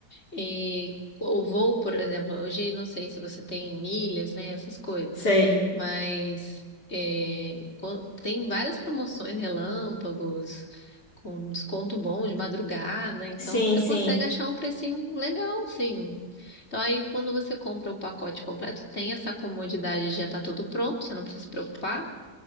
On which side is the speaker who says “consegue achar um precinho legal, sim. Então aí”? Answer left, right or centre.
Left